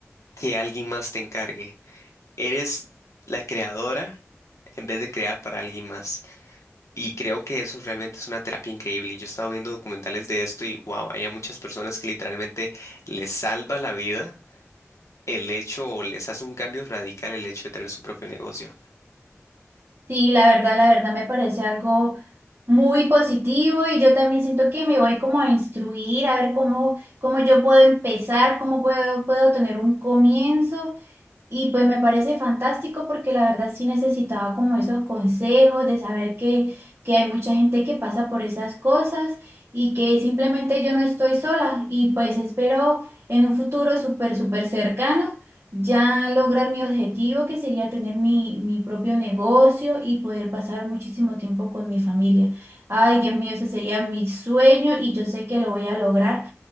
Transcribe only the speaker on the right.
Sí, la verdad, la verdad me parece algo muy positivo y yo también siento que me voy como a instruir, a ver cómo, cómo yo puedo empezar, cómo puedo, puedo tener un comienzo. Y pues me parece fantástico porque la verdad sí necesitaba como esos consejos de saber que, que hay mucha gente que pasa por esas cosas y que simplemente yo no estoy sola y pues espero en un futuro súper, súper cercano ya lograr mi objetivo que sería tener mi, mi propio negocio y poder pasar muchísimo tiempo con mi familia. Ay, Dios mío, ese sería mi sueño y yo sé que lo voy a lograr